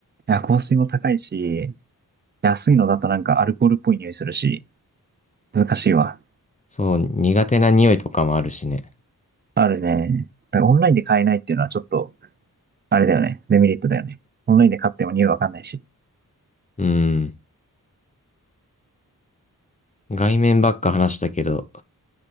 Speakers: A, on the right (about 30°); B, on the left (about 20°).
A: いや、香水も高いし、安いのだとなんかアルコールっぽい匂いするし、難しいわ。
B: そう、苦手な匂いとかもあるしね。
A: あるね。だからオンラインで買えないっていうのはちょっとあれだよね。デメリットだよね。オンラインで買っても匂いわかんないし。
B: うん。外面ばっか話したけど、